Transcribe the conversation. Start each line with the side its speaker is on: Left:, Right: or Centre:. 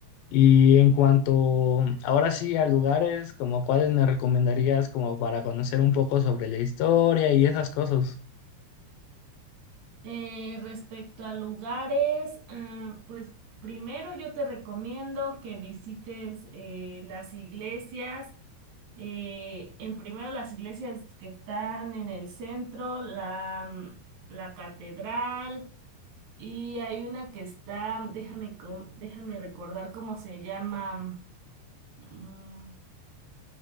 Left: Y en cuanto ahora sí a lugares, como cuáles me recomendarías como para conocer un poco sobre la historia y esas cosas.
Right: Eh, respecto a lugares, ah, pues primero yo te recomiendo que visites eh, las iglesias, eh, en primero las iglesias que están en el centro, la, mm, la catedral y hay una que está, déjame, com- déjame recordar cómo se llama, mm,